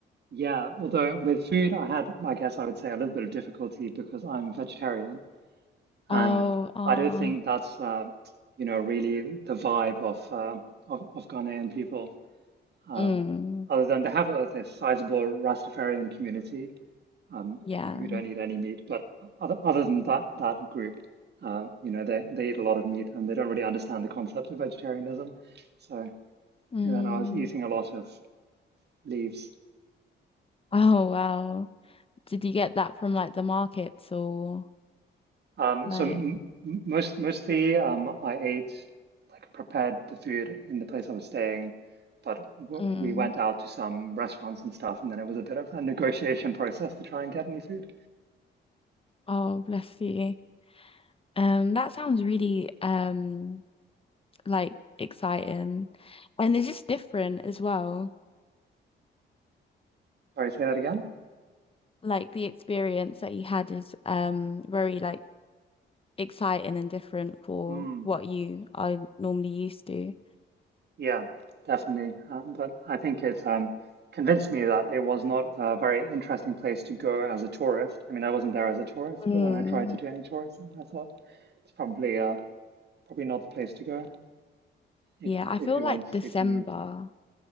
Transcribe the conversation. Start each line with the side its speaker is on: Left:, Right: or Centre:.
Right: Yeah, although with food I had, I guess I would say a little bit of difficulty because I'm vegetarian and
Left: Oh, oh.
Right: I don't think that's uh, you know really the vibe of uh, of, of Ghanaian people. Uh,
Left: Mm.
Right: other than they have uh, this sizable Rastafarian community, um,
Left: Yeah.
Right: who don't eat any meat. But other, other than that, that group, uh, you know, they, they eat a lot of meat and they don't really understand the concept of vegetarianism. So,
Left: Mm.
Right: and then I was eating a lot of leaves.
Left: Oh, wow. Did you get that from like the markets or
Right: Um,
Left: like,
Right: so m m- most mostly, um, I ate like prepared the food in the place I was staying. But w
Left: mm.
Right: we went out to some restaurants and stuff, and then it was a bit of a negotiation process to try and get any food.
Left: Oh, bless you. Um, that sounds really um like exciting. And it's just different as well.
Right: Sorry, say that again?
Left: Like the experience that you had is um very like exciting and different for
Right: Hmm.
Left: what you are normally used to.
Right: Yeah, definitely. Um, but I think it um, convinced me that it was not a very interesting place to go as a tourist. I mean, I wasn't there as a tourist,
Left: Mm.
Right: but when I tried to do any tourism, I thought it's probably uh, probably not the place to go if,
Left: Yeah, I
Right: if
Left: feel
Right: you
Left: like
Right: want to see
Left: December.
Right: something interesting.